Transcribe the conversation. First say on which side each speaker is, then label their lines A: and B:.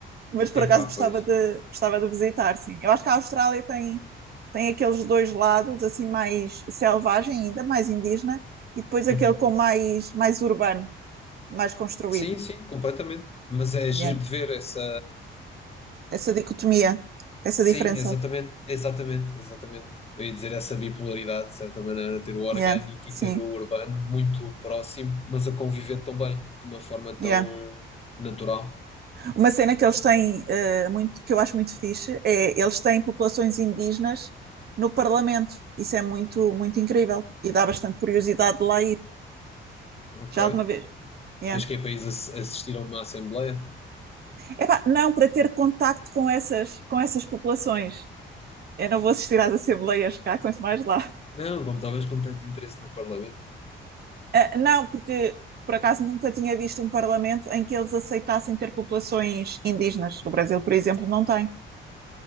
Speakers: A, on the right; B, on the left.
A: Mas por
B: Epá,
A: acaso gostava
B: pois.
A: de, gostava de visitar, sim. Eu acho que a Austrália tem, tem aqueles dois lados, assim, mais selvagem ainda, mais indígena, e depois aquele
B: Uhum.
A: com mais, mais urbano, mais construído.
B: Sim, sim, completamente. Mas é
A: Yeah.
B: giro de ver essa.
A: Essa dicotomia, essa
B: Sim,
A: diferença.
B: exatamente, exatamente, exatamente. Eu ia dizer essa bipolaridade, de certa maneira, ter o orgânico
A: Yeah. Sim.
B: e ter o urbano muito próximo, mas a conviver tão bem, de uma forma
A: Yeah.
B: tão natural.
A: Uma cena que eles têm, eh, muito, que eu acho muito fixe, é eles têm populações indígenas no Parlamento. Isso é muito, muito incrível e dá bastante curiosidade de lá ir.
B: Ok.
A: Já alguma vez? Yeah.
B: Mas que é para isso ass- assistir a uma assembleia?
A: Epá, não, para ter contacto com essas, com essas populações. Eu não vou assistir às assembleias cá, quanto mais lá.
B: Não, como talvez com tanto interesse no Parlamento.
A: Ah, não, porque por acaso nunca tinha visto um parlamento em que eles aceitassem ter populações indígenas. O Brasil, por exemplo, não tem.